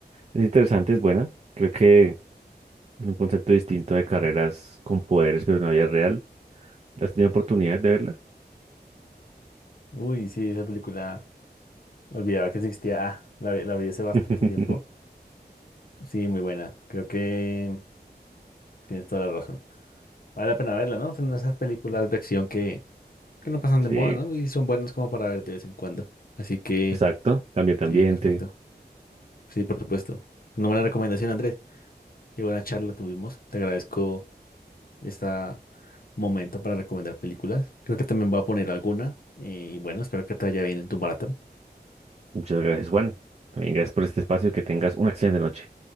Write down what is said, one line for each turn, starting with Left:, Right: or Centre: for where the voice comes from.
Right: Es interesante, es buena. Creo que un concepto distinto de carreras con poderes, pero en la vida real. ¿Has tenido oportunidad de verla?
Left: Uy, sí, esa película. Olvidaba que existía. Ah, la, vi- la vi hace bastante
Right: <laughs>
Left: tiempo. Sí, muy buena. Creo que tienes toda la razón. Vale la pena verla, ¿no? Son esas películas de acción que, que no pasan de
Right: Sí.
Left: moda, ¿no? Y son buenas como para ver de vez en cuando. Así que,
Right: Exacto, cambio de ambiente.
Left: sí, perfecto. Sí, por supuesto. Una buena recomendación, Andrés. Qué buena charla tuvimos. Te agradezco este momento para recomendar películas. Creo que también voy a poner alguna. eh, Y bueno, espero que te vaya bien en tu maratón.
Right: Muchas gracias, Juan. También gracias por este espacio y que tengas una excelente noche.